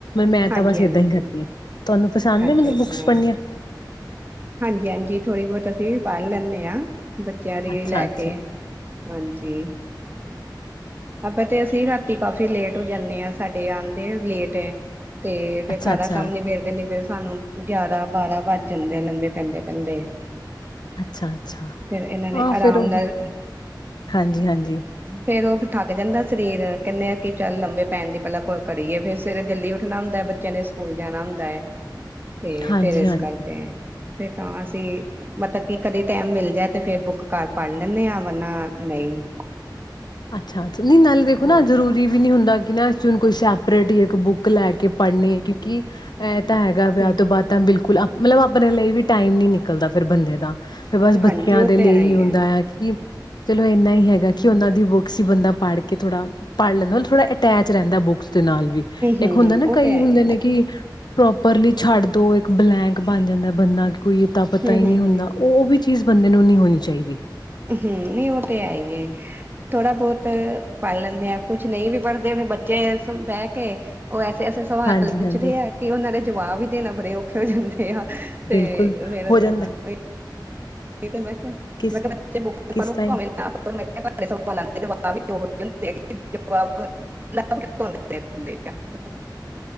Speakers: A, on the left (about 65°); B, on the right (about 25°).
A: ਮੈਂ
B: ਹਾਂਜੀ
A: ਤਾਂ ਬਸ
B: ਹਾਂਜੀ
A: ਏਦਾਂ ਹੀ ਕਰਦੀ ਹਾਂ ਤੁਹਾਨੂੰ ਪਸੰਦ
B: ਅੱਛਾ
A: ਏ ਮੈਨੂੰ
B: ਅੱਛਾ
A: ਬੁੱਕਸ ਪੜ੍ਹਨੀਆਂ।
B: ਹਾਂਜੀ ਹਾਂਜੀ ਥੋੜ੍ਹੀ ਬੋਤ ਅਸੀਂ ਵੀ ਪੜ੍ਹ ਲੈਂਨੈ ਆ। ਬੱਚੇਆਂ ਦੀ
A: ਅੱਛਾ
B: ਲੈ
A: ਅੱਛਾ
B: ਕੇ ਹਾਂਜੀ। ਅਬਲ ਤੇ ਅਸੀਂ ਰਾਤੀ ਕਾਫੀ ਲੇਟ ਹੋ ਜਾਂਨੇ ਆ ਸਾਡੇ ਆਂਦੇ ਲੇਟ ਐ। ਤੇ ਫੇਰ
A: ਅੱਛਾ
B: ਸਾਰਾ
A: ਅੱਛਾ
B: ਕੰਮ ਨਿਬੇੜਦੇ ਨਿਬੇੜਦੇ ਸਾਨੂੰ ਗਿਆਰਾਂ ਬਾਰਾਂ ਵੱਜ ਜਾਂਦੇ ਆ ਲੰਬੇ ਪੈਂਦੇ ਪੈਂਦੇ
A: ਅੱਛਾ ਅੱਛਾ
B: ਤੇ ਫੇਰ ਇਹਨਾਂ ਨੇ
A: ਹਾਂ
B: ਅਰਾਮ
A: ਫਿਰ ਉਹ
B: ਨਾਲ
A: ਹਾਂਜੀ ਹਾਂਜੀ
B: ਫੇਰ ਉਸ ਥੱਕ ਜਾਂਦਾ ਸਰੀਰ ਕਹਿੰਨੇ ਆ ਕਿ ਚੱਲ ਲੰਬੇ ਪੈਨ ਦੀ ਪਹਿਲਾਂ ਕੋਲ ਕਰੀਏ ਫੇਰ ਸਵੇਰੇ ਜਲਦੀ ਉੱਠਨਾ ਹੁੰਦਾ ਬੱਚੇਆਂ ਨੇ ਸ ਸਕੂਲ ਜਾਨਾ ਹੁੰਦਾ ਹੈ ਤੇ
A: ਹਾਂਜੀ
B: ਫੇਰ ਏਸ
A: ਹਾਂਜੀ
B: ਕਰਕੇ ਤੇ ਤਾਂ ਅਸੀਂ ਮਤਬ ਕੀ ਕਦੇ ਟਾਇਮ ਮਿਲ ਜਾਏ ਤੇ ਫੇਰ ਬੁੱਕ ਕਰ ਪੜ ਲੈਂਨੇ ਆ ਵਰਨਾ ਨਈ।
A: ਅੱਛਾ ਅੱਛਾ ਨਈ ਨਾਲੇ ਵੇਖੋ ਨਾ
B: ਹਾਂਜੀ
A: ਜ਼ਰੂਰੀ ਵੀ ਨੀ ਹੁੰਦਾ ਕਿ ਨਾ ਅਸੀਂ ਹੁਨ ਕੋਈ ਸੈਪਰੇਟ ਇੱਕ ਬੁੱਕ ਲੈ ਕੇ ਪੜ੍ਹਨੀ ਹੈ ਕਿਉਂਕਿ ਇਹ ਤਾਂ ਹੈਗਾ ਵਿਆਹ
B: ਹਮ
A: ਤੋਂ
B: ਹਮ
A: ਬਾਅਦ ਤਾਂ ਬਿਲਕੁਲ ਮਲਬ ਅਪਨੇ ਲਈ ਵੀ ਟਾਈਮ ਨੀ ਨਿਕਲਦਾ ਫੇਰ ਬੰਦੇ ਦਾ ਤੇ ਬਸ ਬੱਚੇਆਂ
B: ਹਾਂਜੀ ਉਹ
A: ਦੇ
B: ਤੇ
A: ਲਈ
B: ਹੈ ਹੀ
A: ਹੁੰਦਾ
B: ਹੈ
A: ਆ ਕਿ ਚਲੋ ਇੰਨਾ ਹੀ ਹੈਗਾ
B: ਹਮ
A: ਕਿ ਉਹਨਾਂ ਦੀ ਬੁ ਬੰਦਾ ਪੜ੍ਹ ਕੇ ਥੋੜਾ ਪੜ੍ਹ ਲੈਂਦਾ ਮਤਲਬ ਥੋੜਾ ਅਟੈਚ ਰੇਹੰਦਾ ਬੁੱਕਸ। ਦੇ ਨਾਲ ਵੀ ਏਕ
B: ਹਮ
A: ਹੁੰਦਾ ਨਾ
B: ਉਹ
A: ਕਈ
B: ਤੇ ਹੈ
A: ਹੁੰਦੇ
B: ਹੀ ਹੈ
A: ਨੇ ਕਿ ਪ੍ਰੋਪਰਲੀ ਛੱਡ ਦੋ ਇੱਕ ਬਲੈਂਕ ਬਨ ਜਾਂਦਾ ਬੰਦਾ ਕੀ ਕੋਈ ਅਤਾਂ ਪਤਾ
B: ਹਮ
A: ਹੀ ਨਹੀਂ
B: ਹਮ
A: ਹੁੰਦਾ
B: ਹਮ
A: ਉਹ ਵੀ ਚੀਜ਼ ਬੰਦੇ ਨੂੰ ਨਹੀਂ ਹੋਨੀ ਚਾਹੀਦੀ।
B: ਹੁ ਨਹੀਂ ਉਹ ਤੇ ਹੈ ਈ ਏ। ਥੋੜ੍ਹਾ ਬੋਤ ਪੜ੍ਹ ਲੈਂਨੇ ਆ ਕੁਛ ਨਹੀਂ ਵੀ ਪੜ੍ਹਦੇ ਫੇ ਬੱਚੇ ਬਹਿ ਕੇ ਉਹ ਐਸੇ-ਐਸੇ ਸਵਾਲ
A: ਹਾਂਜੀ-ਹਾਂਜੀ
B: ਪੁੱਛਦੇ ਆ ਕਿ ਉਹਨਾਂ ਦੇ ਜਵਾਬ ਈ ਦੇਨਾ ਬੜੇ ਔਖੇ ਹੋ ਜਾਂਦੇ। ਤੇ ਹਾਂ ਤੇ
A: ਬਿਲਕੁਲ
B: ਫਿਰ
A: ਹੋ
B: ਤਾਂ
A: ਜਾਂਦਾ।
B: ਉ <unintelligible> ਇਹ ਤਾਂ ਮੈਂ ਕਿਹਾ <inaudible>
A: ਕਿਸ
B: ਮੈਂ ਕਿਹਾ ਬੱਚੇ <unintelligible> <unintelligible>
A: ਕਿਸ ਟਾਈਮ
B: <unintelligible> <unintelligible> <unintelligible>